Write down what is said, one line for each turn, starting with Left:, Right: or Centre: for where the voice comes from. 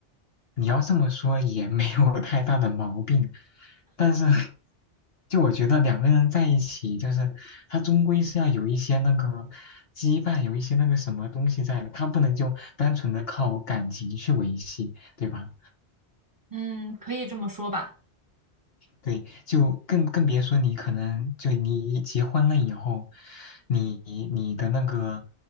Left: 你要这么说也没有太大的毛病，但是就我觉得两个人在一起，就是他终归是要有一些那个羁绊，有一些那个什么东西在的，他不能就单纯的靠感情去维系，对吧？
Right: 嗯，可以这么说吧。
Left: 对，就更更别说你可能就你一结婚了以后，你你的那个